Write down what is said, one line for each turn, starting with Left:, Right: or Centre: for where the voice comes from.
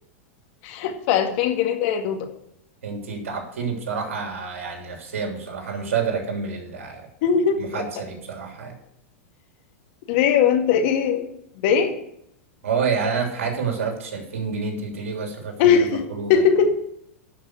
Left: <laughs> ف 2000 جنيه ده يا دوبك
Right: <laughs> انت تعبتيني بصراحة يعني نفسيا بصراحة انا مش قادر اكمل
Left: <laughs>
Right: المحادثة دي بصراحة يعني.
Left: ليه وانت ايه ده
Right: اه يعني انا في حياتي ما صرفتش 2000 جنيه انت بتقولي بصرف 2000
Left: <laughs>
Right: جنيه في الخروج يعني